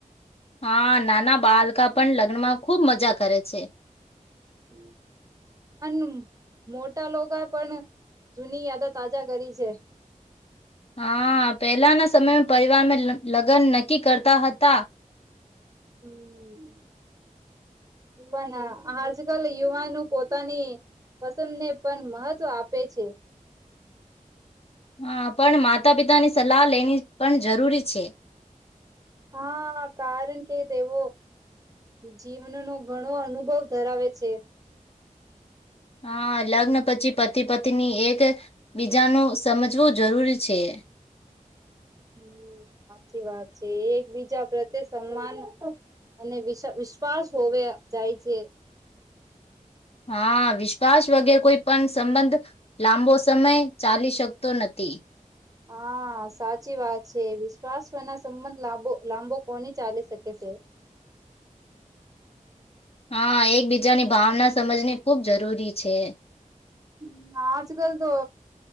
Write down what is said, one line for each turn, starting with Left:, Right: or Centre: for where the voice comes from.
Left: હા નાના બાળકા પણ લગ્નમાં ખૂબ મજા કરે છે.
Right: હમ. અને મોટા લોકો પણ જૂની યાદ તાજા કરી છે.
Left: હા પહેલાના સમયમાં પરિવારને લગ્ન નક્કી કરતા હતા.
Right: હમ. પણ આજકાલ યુવાનું પોતાની પસંદને પણ મહત્વ આપે છે.
Left: હા પણ માતા પિતાની સલાહ લેની પણ જરૂરી છે.
Right: હા કારણ કે તેવો જીવનનોો ઘણો અનુભવ ધરાવે છે.
Left: હા લગ્ન પછી પતિ પતિની એક બીજાનું સમજવું જરૂરી છે <inaudible>
Right: હમ સાચી વાત છે એકબીજા પ્રત્યે સમાન અને વિશ વિશ્વાસ હોવે જાય છે.
Left: હા વિશ્વાસ વગેરે કોઈ પણ સંબંધ લાંબો સમય ચાલી શકતો નથી. તે <unintelligible>
Right: હા સાચી વાત છે વિશ્વાસ ના સંબંધ લાંબો લાંબો કોની ચાલી શકે છે.
Left: હ <unintelligible> હા એકબીજાની ભાવના સમજની ખૂબ જરૂરી છે.
Right: હમ આજ કલ તો